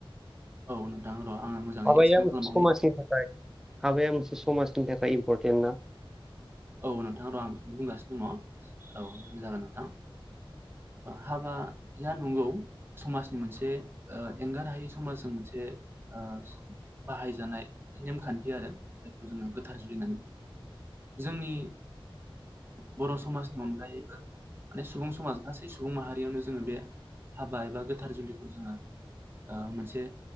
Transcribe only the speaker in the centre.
हाबाया
मोनसे
समाजनि थाखाय हाबाया मोनसे समाजनि थाखाय इम्परटेन्ट ना?